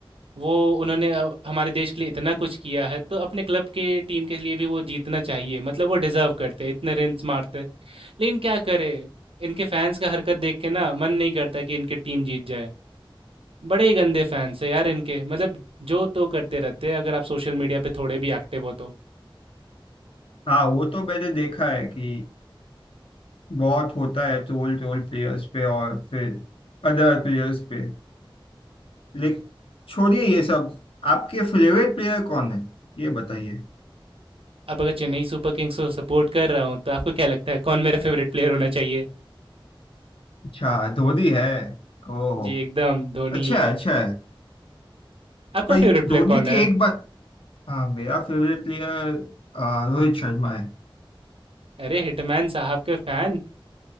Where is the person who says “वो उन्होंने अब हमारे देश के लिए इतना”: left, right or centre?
Right